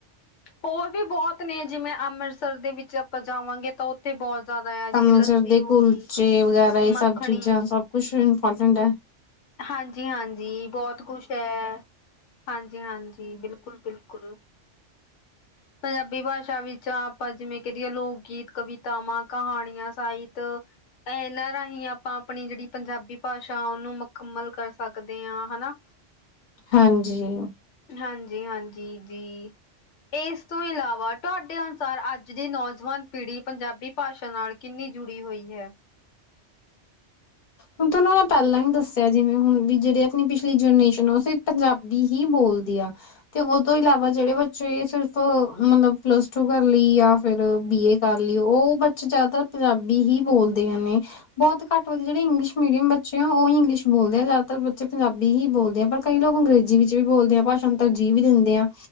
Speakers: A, on the left (about 75°); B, on the left (about 40°).
A: ਹੋਰ ਵੀ ਬਹੁਤ ਨੇ ਜਿਵੇਂ ਅੰਮ੍ਰਿਤਸਰ ਦੇ ਵਿੱਚ ਆਪਾਂ ਜਾਵਾਂਗੇ ਤਾਂ ਬਹੁਤ ਜ਼ਿਆਦਾ ਆ
B: ਅੰਮ੍ਰਿਤਸਰ
A: ਜਿਵੇਂ ਲੱਸੀ
B: ਦੇ
A: ਹੋ
B: ਕੁਲਚੇ
A: ਗਈ,
B: ਵਗੈਰਾ ਇਹ
A: ਮੱਖਣ
B: ਸਭ ਚੀਜ਼ਾਂ ਸਭ ਕੁਛ ਇੰਪੋਰਟੈਂਟ ਹੈ।
A: ਹਾਂਜੀ- ਹਾਂਜੀ ਬਹੁਤ ਕੁਛ ਹੈ, ਹਾਂਜੀ -ਹਾਂਜੀ, ਬਿਲਕੁਲ- ਬਿਲਕੁਲ। ਪੰਜਾਬੀ ਭਾਸ਼ਾ ਵਿੱਚ ਆਪਾਂ ਜਿਵੇਂ ਕਹਦੀਏ ਲੋਕ- ਗੀਤ, ਕਵਿਤਾਵਾਂ ਕਹਾਣੀਆਂ, ਸਾਹਿਤ ਇਹਨਾਂ ਰਾਹੀਂ ਆਪਾਂ ਆਪਣੀ ਜਿਹੜੀ ਪੰਜਾਬੀ ਭਾਸ਼ਾ ਉਹਨੂੰ ਮੁਕੰਮਲ ਕਰ ਸਕਦੇ ਆ, ਹਨਾ।
B: ਹਾਂਜੀ।
A: ਹਾਂਜੀ-ਹਾਂਜੀ, ਜੀ। ਇਸ ਤੋਂ ਇਲਾਵਾ ਤੁਹਾਡੇ ਅਨੁਸਾਰ ਅੱਜ ਦੀ ਨੌਜਵਾਨ ਪੀੜ੍ਹੀ ਪੰਜਾਬੀ ਭਾਸ਼ਾ ਨਾਲ ਕਿੰਨੀ ਜੁੜੀ ਹੋਈ ਹੈ।
B: ਹੁਣ ਤੁਹਾਨੂੰ ਮੈਂ ਪਹਿਲਾਂ ਹੀ ਦੱਸਿਆ। ਜਿਵੇਂ ਹੁਣ ਵੀ ਜਿਹੜੀ ਆਪਣੀ ਪਿਛਲੀ ਜਨਰੇਸ਼ਨ ਆ, ਉਹ ਸਿਰਫ਼ ਪੰਜਾਬੀ ਹੀ ਬੋਲਦੀ ਆ। ਤੇ ਉਹ ਤੋਂ ਇਲਾਵਾ ਜਿਹੜੇ ਬੱਚੇ ਸਿਰਫ਼ ਮਤਲਬ, ਪਲੱਸ ਟੂ ਕਰ ਲਈ ਜਾਂ ਫਿਰ ਬੀਏ ਕਰ ਲੀ। ਉਹ ਬੱਚੇ ਜ਼ਿਆਦਾਤਰ ਪੰਜਾਬੀ ਹੀ ਬੋਲਦੇ ਹਨ ਨੇ। ਬਹੁਤ ਘੱਟ ਬੱਚੇ ਜਿਹੜੇ ਇੰਗਲਸ਼ ਮੀਡੀਅਮ ਬੱਚੇ ਆ ਉਹ ਇੰਗਲਿਸ਼ ਬੋਲਦੇ ਜ਼ਿਆਦਾਤਰ, ਬੱਚੇ ਪੰਜਾਬੀ ਹੀ ਬੋਲਦੇ ਆ। ਪਰ ਕਈ ਲੋਕ ਅੰਗਰੇਜ਼ੀ ਵਿੱਚ ਵੀ ਬੋਲਦੇ ਆ ਭਾਸ਼ਾ ਨੂੰ। ਤ ਜੀ ਵੀ ਦਿੰਦੇ ਆ।